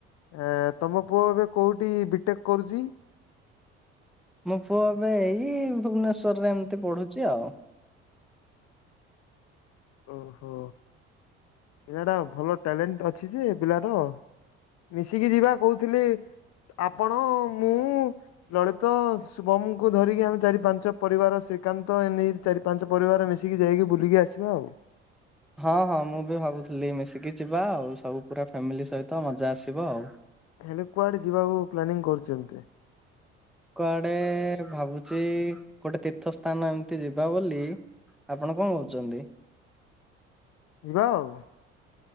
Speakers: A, on the left (about 55°); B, in the centre.
A: ଏ ତମ ପୁଅ ଏବେ କୋଉଠି ବିଟେକ୍ କରୁଛି।
B: ମୋ ପୁଅ ଏବେ ଏଇ ଭୁବନେଶ୍ଵରରେ ଏମିତି ପଢୁଛି ଆଉ।
A: ଓହୋ ପିଲାଟା ଭଲ ଟ୍ୟାଲେଣ୍ଟ ଅଛି ଯେ ପିଲାର। ମିଶିକି ଯିବା କହୁଥିଲି ଆପଣ ମୁଁ ଲଳିତ ଶୁଭମକୁ ଧରିକି ଆମେ ଚାରି ପାଞ୍ଚ ପରିବାର ଶ୍ରୀକାନ୍ତ ଏ ନେଇ ଚାରି ପାଞ୍ଚ ପରିବାର ମିଶିକି ଯାଇକି ବୁଲିକି ଆସିବା ଆଉ।
B: ହଁ ହଁ ମୁଁ ବି ଭାବୁଥିଲି ମିଶିକି ଯିବା ଆଉ ସବୁ ପୁରା ଫ୍ୟାମିଲି ସହିତ ମଜା ଆସିବ ଆଉ।
A: ହେଲେ କୁଆଡେ ଯିବାକୁ ପ୍ଲାନିଂ କରୁଛନ୍ତି?
B: କୁଆଡେ ଭାବୁଛି ଗୋଟେ ତୀର୍ଥ ସ୍ଥାନ ଏମିତି ଯିବା ବୋଲି। ଆପଣ କଣ କହୁଛନ୍ତି?
A: ଯିବା ଆଉ।